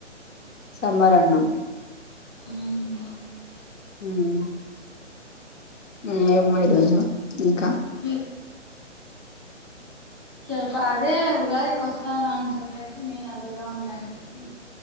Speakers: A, on the left (about 75°); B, on the right (about 20°).
A: సాంబార్ అన్నం
B: హ్మ్
A: ఉమ్ హు ఏమో ఈరోజు ఇంకా
B: మీ చెప్పదే ఉగాదికి వస్తారా అని చెప్పేసి నేను అడుగుదాంలే అనేసి